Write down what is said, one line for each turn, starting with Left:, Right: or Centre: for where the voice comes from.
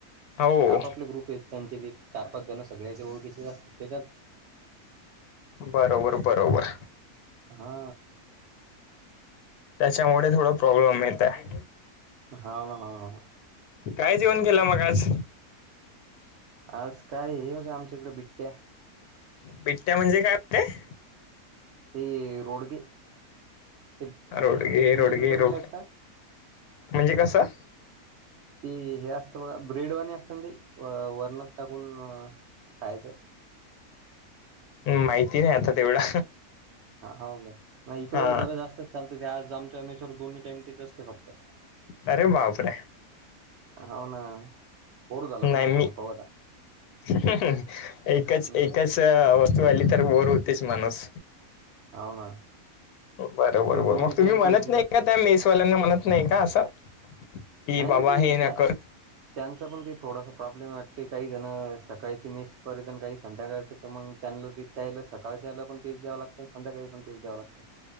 Left: हो
Right: आपापले ग्रुप त्यांचे ते चार पाच जण सगळ्याचे ओळखीचे असतात. त्याच्यात
Left: बरोबर बरोबर
Right: हा
Left: त्याच्यामुळे थोडं प्रॉब्लेम येत आहे.
Right: हो ना हो ना.
Left: काय जेवण केेलं मग आज?
Right: आज काय हे होतं आमच्याकडे बिट्ट्या.
Left: बिटट्या म्हणजे काय <unintelligible>
Right: ते रोडगे. ते अ,
Left: रोडगे
Right: तुमच्याकडे
Left: रोडगे
Right: करत
Left: रो
Right: नाहीत का?
Left: म्हणजे कसं
Right: ती हे असतं बघा, ब्रेडवाणी असत ना ते वरणात टाकून खायाच.
Left: माहिती नाही आता तेवढा.
Right: हा हो का नाही इकडं
Left: हा
Right: जरा जास्तच चालते ते आज आमच्यामेश्वर दोन्ही टाईम तेच असते फक्त.
Left: अरे बापरे.
Right: हो ना. बोर झालं
Left: नाही
Right: पण ते
Left: मी
Right: खाऊ खाऊ आता
Left: हं हं एकच
Right: हम्म
Left: एकच च वस्तू आली तर बोर होतेच माणूस.
Right: हाव ना
Left: बरोबर
Right: एक तर दोन्ही
Left: बर मग
Right: टाइम
Left: तुम्ही म्हणत
Right: तेच देतात
Left: नाही का
Right: ते
Left: त्या मेसवाल्यांना म्हणत नाही का असं. की
Right: नाही
Left: बाबा
Right: ना ते
Left: हे न
Right: त्या
Left: कर
Right: त्यांचा पण ते थोडासा प्रॉब्लेम वाटते काही जण सकाळची मेस पर्यंत आणि काही संध्याकाळचं तर मग त्यांना ते. त्याला सकाळच्याला पण तेच द्याव लातं संध्याकाळी पण तेच द्याव लागतं.